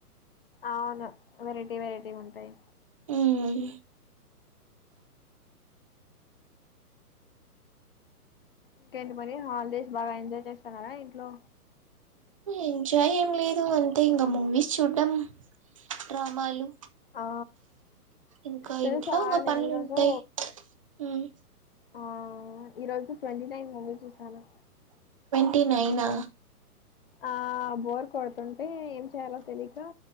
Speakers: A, on the left (about 40°); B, on the right (about 20°).
A: అవును వెరైటీ వెరైటీ ఉంటాయి
B: మ్మ్
A: ఇంకేంటి మరి హాలిడేస్ బాగా ఎంజాయ్ చేస్తన్నారా ఇంట్లో
B: ఎంజాయ్ ఏం లేదు అంటే ఇంకా మూవీస్ చూడ్ం డ్రామాలు
A: ఆ
B: ఇంకా
A: తెలుసా
B: ఇంట్లో ఇంగ
A: నేన్
B: పనులు
A: ఈరోజు
B: ఉంటాయి ఉమ్
A: ఆ ఈరోోజు ట్వంటీ నైన్ మూవీ చూసాను
B: టీ నైనా
A: ఆ బోర్ కొడుతుంటే ఏం చేయాలో తెలియక